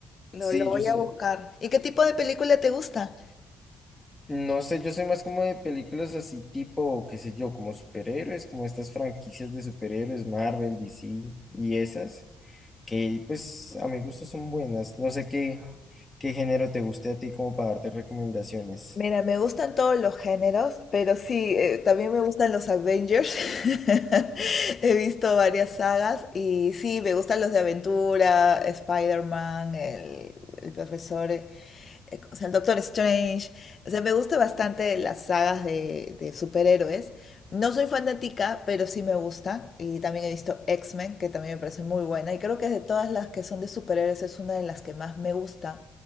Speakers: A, on the left; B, on the left.
A: lo,
B: sí,
A: lo voy
B: yo soy-
A: a buscar. ¿Y qué tipo de película te gusta?
B: no sé, yo soy más como de películas así tipo, qué sé yo, como superhéroes, como estas franquicias de superhéroes, Marvel, DC y esas, que pues a mi gusto son buenas. No sé qué. qué género te guste a ti como para darte recomendaciones.
A: Mira, me gustan todos los géneros, pero sí, eh, también me gustan los Avengers. <laughs> He visto varias sagas y sí, me gustan los de aventura, Spider-Man, el, el profesor, eh, eh, o sea, el Doctor Strange. O sea, me gusta bastante las sagas de, de superhéroes. No soy fanática, pero sí me gusta. Y también he visto X-Men, que también me parece muy buena. Y creo que de todas las que son de superhéroes es una de las que más me gusta